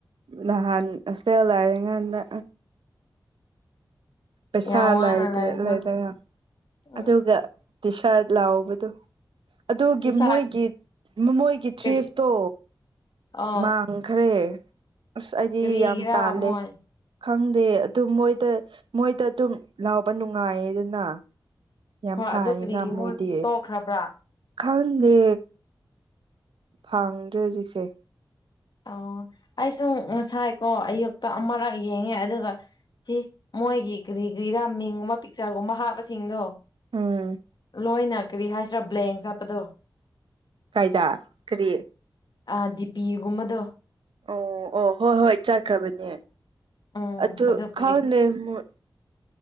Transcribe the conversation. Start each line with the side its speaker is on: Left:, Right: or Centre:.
Right: ꯅꯍꯥꯟ ꯍꯣꯁꯇꯦꯜ ꯂꯩꯔꯤꯉꯥꯟꯗ ꯄꯩꯁꯥ
Left: ꯌꯥꯝ ꯋꯥꯅ
Right: ꯂꯩꯇ꯭ꯔꯦ
Left: ꯂꯩꯕꯗꯣ
Right: ꯂꯩꯇ꯭ꯔꯦꯅ
Left: ꯎꯝ
Right: ꯑꯗꯨꯒ ꯇꯤ ꯁ꯭ꯔꯠ ꯂꯧꯕꯗꯨ ꯑꯗꯨꯒꯤ
Left: ꯏꯁꯥ
Right: ꯃꯣꯏꯒꯤ ꯃꯣꯏꯒꯤ ꯇꯔꯤꯐꯇꯣ
Left: ꯀꯔꯤ ꯑꯣ
Right: ꯃꯥ <unintelligible> ꯈ꯭ꯔꯦ ꯑꯁ ꯑꯩꯗꯤ
Left: ꯀꯔꯤꯒꯤꯔꯥ
Right: ꯌꯥꯝ ꯇꯥꯜꯂꯦ
Left: ꯃꯣꯏ
Right: ꯈꯪꯗꯦ ꯑꯗꯨ ꯃꯣꯏꯗ ꯃꯣꯏꯗ ꯑꯗꯨꯝ ꯂꯧꯕ ꯅꯨꯡꯉꯥꯏꯌꯦꯗꯅ ꯌꯥꯝ
Left: ꯍꯣꯏ
Right: ꯐꯥꯏꯌꯦꯅ
Left: ꯑꯗꯨ ꯀꯔꯤꯒꯤ
Right: ꯃꯣꯏꯗꯤ
Left: ꯃꯣꯏ ꯇꯣꯛꯈ꯭ꯔꯕ꯭ꯔꯥ
Right: ꯈꯪꯗꯦ ꯐꯪꯗ꯭ꯔꯦ ꯍꯧꯖꯤꯛꯁꯦ
Left: ꯑꯣ ꯑꯩꯁꯨ ꯉꯁꯥꯏꯀꯣ ꯑꯌꯨꯛꯇ ꯑꯃꯔꯛ ꯌꯦꯡꯉꯦ ꯑꯗꯨꯒ ꯁꯤ ꯃꯣꯏꯒꯤ ꯀꯔꯤ ꯀꯔꯤꯔꯥ ꯃꯤꯡꯒꯨꯝꯕ ꯄꯤꯛꯆꯔꯒꯨꯝꯕ ꯍꯥꯞꯄꯁꯤꯡꯗꯣ
Right: ꯎꯝ
Left: ꯂꯣꯏꯅ ꯀꯔꯤ ꯍꯥꯏꯁꯤꯔꯥ ꯕ꯭ꯂꯦꯡ ꯆꯠꯄꯗꯣ
Right: ꯀꯥꯏꯗ ꯀꯔꯤ
Left: ꯑꯥ ꯗꯤꯄꯤꯒꯨꯝꯕꯗꯣ
Right: ꯑꯣ ꯑꯣ ꯍꯣꯏ ꯍꯣꯏ ꯆꯠꯈ꯭ꯔꯕꯅꯦ
Left: ꯎꯝ
Right: ꯑꯗꯨ
Left: ꯀꯔꯤ
Right: ꯈꯪꯗꯦ ꯃꫭꯏ